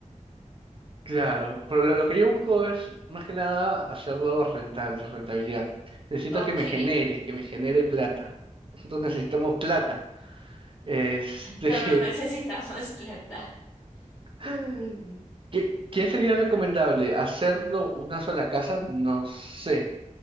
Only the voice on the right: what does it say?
Claro, pero lo, lo que yo busco es más que nada hacerlo rentable, rentabilidad. Necesito
que me genere, que me genere plata. Nosotros necesitamos plata. Este,
<laughs> ¿qué, qué sería recomendable? ¿Hacerlo una sola casa? No sé.